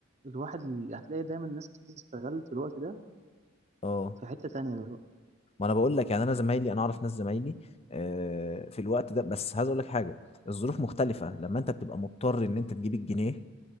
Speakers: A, on the right; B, on the left.
A: الواحد ال- هتلاقي دايما الناس استغلت الوقت ده
B: اه
A: في حته تانية دلوقتي
B: ما انا بقول لك يعني انا زمايلي انا اعرف ناس زمايلي آه، في الوقت ده بس عايز اقول لك حاجه الظروف مختلفه لما انت بتبقى مضطر ان انت تجيب الجنيه